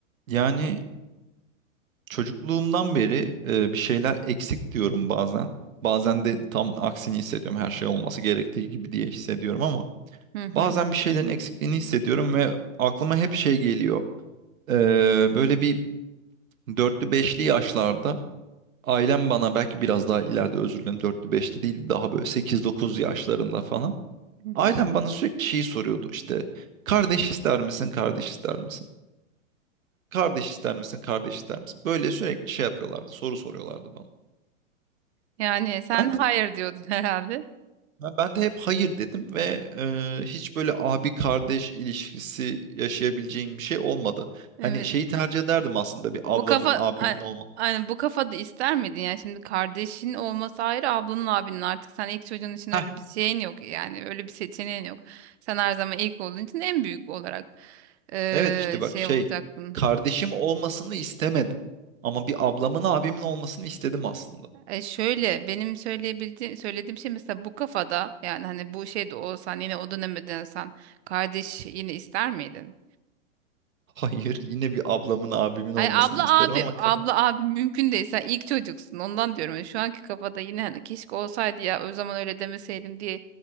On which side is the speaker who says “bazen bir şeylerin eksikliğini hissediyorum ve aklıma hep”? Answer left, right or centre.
Right